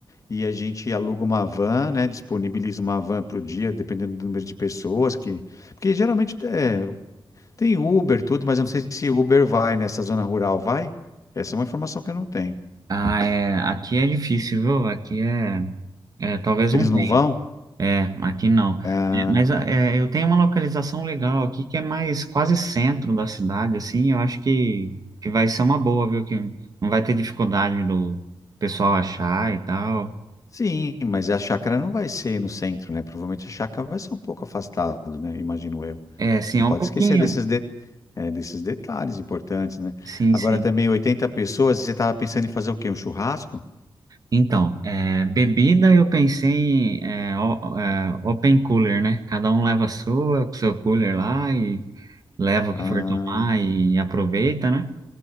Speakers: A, on the left (about 40°); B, on the right (about 50°).
A: e a gente aluga uma van, né? Disponibiliza uma van para o dia, dependendo do número de pessoas que. Porque geralmente é, tem Uber, tudo, mas eu não sei se Uber vai nessa zona rural, vai? Essa é uma informação que eu não tenho.
B: Ah, é, aqui é difícil, viu? Aqui é, é talvez
A: Eles
B: não tenha.
A: não vão?
B: É, aqui não.
A: Ah,
B: É, mas é, eu tenho uma localização legal aqui que é mais quase centro da cidade, assim. Eu acho que, que vai ser uma boa, viu? Que não vai ter dificuldade do pessoal achar e tal.
A: sim, mas a chácara não vai ser no centro, né? Provavelmente a chácara vai ser um pouco afastado, né? Imagino eu.
B: É, sim,
A: Não
B: é um
A: pode
B: pouquinho.
A: esquecer desses, de- é, desses detalhes importantes, né?
B: Sim,
A: Agora
B: sim.
A: também 80 pessoas, você estava pensando em fazer o quê? Um churrasco?
B: Então, é, bebida eu pensei em é, o- é, open cooler, né? Cada um leva a sua, com seu cooler lá e leva o
A: Ah,
B: que for tomar e aproveita, né?